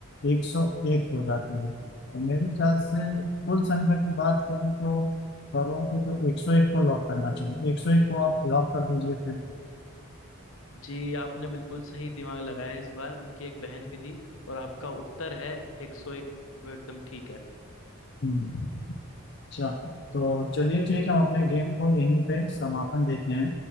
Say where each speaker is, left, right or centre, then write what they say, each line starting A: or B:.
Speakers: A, on the left (about 50°); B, on the left (about 65°).
A: एक सौ एक हो जाती है तो मेरे ख्याल से कुल संख्या की बात करूँ तो कौरवों की तो एक सौ एक को लॉक करना चाहिए एक सौ एक को आप लॉक कर दीजिए फिर
B: जी आपने बिल्कुल सही दिमाग लगाया इस बार उनकी एक बहन भी थी और आपका उत्तर है एक सौ एक वो एकदम ठीक है
A: हम्म। अच्छा तो चलिए ठीक है हम अपने गेम को यहीं पे समापन देते हैं